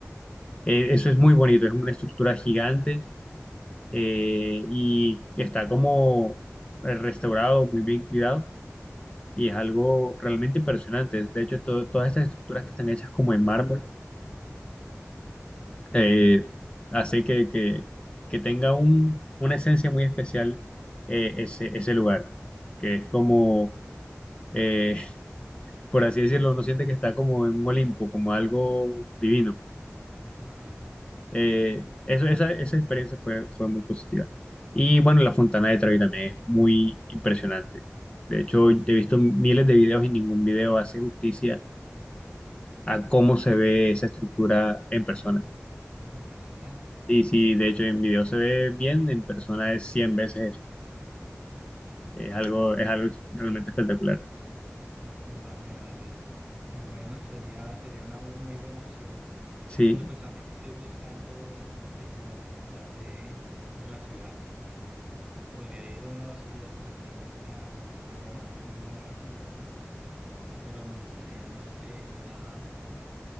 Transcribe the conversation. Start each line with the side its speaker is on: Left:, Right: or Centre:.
Left: Eh, eso
Right: ok.
Left: es muy bonito, es una estructura gigante eh, y está como eh, restaurado, muy bien cuidado y es algo realmente impresionante. De hecho, to- todas estas estructuras que están hechas como en mármol, eh, hace que, que, que tenga un, una esencia muy especial eh, ese, ese lugar, que es como... eh, por así decirlo, uno siente que está como en un Olimpo, como algo divino.
Right: Ajá,
Left: Eh,
Right: ok,
Left: eso, esa, esa experiencia fue, fue muy positiva. Y bueno, la Fontana de Trevi también es muy impresionante. De hecho, he visto miles de videos y ningún video hace justicia a cómo se ve esa estructura en persona.
Right: en persona.
Left: Y sí.
Right: Bueno,
Left: de hecho en video se ve bien, en persona es 100 veces eso. Es algo, es algo realmente espectacular.
Right: Vale, vale. Eh, Bueno, sería, sería una muy muy buena opción,
Left: Sí.
Right: pero pues también estoy buscando, no sé, cómo descansar de, de la ciudad. Pues podría ir unos días efectivamente a, a Roma, muy buena recomendación, pero me gustaría, no sé, ir a,